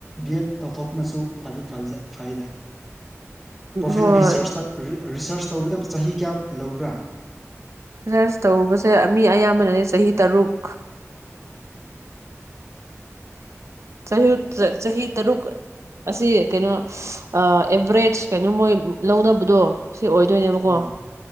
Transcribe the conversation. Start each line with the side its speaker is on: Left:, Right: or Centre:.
Centre: B Ed ꯇꯧꯊꯣꯛꯄꯅꯁꯨ ꯐꯩꯗ ꯭ꯔꯣꯐ
Right: ꯍꯣꯏ
Centre: ꯔꯤꯁꯔꯁꯇ ꯔꯤꯁꯥꯔꯁ ꯇꯧꯕꯗ ꯆꯍꯤ ꯀꯌꯥ ꯂꯧꯕ꯭ꯔꯥ
Right: ꯆꯔꯁ ꯇꯧꯕꯁꯦ ꯃꯤ ꯑꯌꯥꯝꯕꯅꯅꯦ ꯆꯍꯤ ꯇꯔꯨꯛ ꯆꯍꯤ ꯆꯍꯤꯍꯤ ꯇꯔꯨꯛ ꯑꯁꯤ ꯀꯩꯅꯣ ꯑꯦꯕꯔꯦꯖ ꯀꯩꯅꯣ ꯃꯣꯏ ꯂꯧꯅꯕꯗꯣ ꯁꯤ ꯑꯣꯏꯗꯣꯏꯅꯦꯕꯀꯣ
Centre: ꯍꯣꯏ